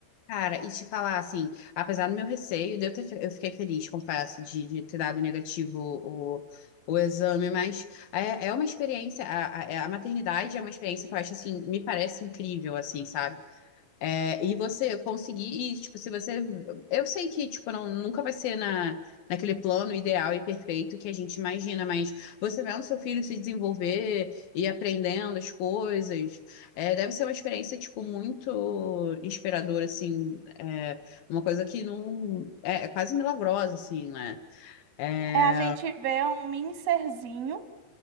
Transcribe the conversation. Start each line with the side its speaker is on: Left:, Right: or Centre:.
Left: Cara, e te falar assim, apesar do meu receio, de eu, ter, fe- eu fiquei feliz, confesso, de, de ter dado negativo o, o exame, mas é, é uma experiência, a, a, é, a maternidade é uma experiência que eu acho assim, me parece incrível, assim, sabe? É, e você conseguir, e, tipo, se você. Eu sei que, tipo, não, nunca vai ser na, naquele plano ideal e perfeito que a gente imagina, mas você vendo seu filho se desenvolver e aprendendo as coisas, é, deve ser uma experiência, tipo, muito inspiradora, assim. é, uma coisa que não. É, é quase milagrosa, assim, né? É,
Right: É a gente vê um mini serzinho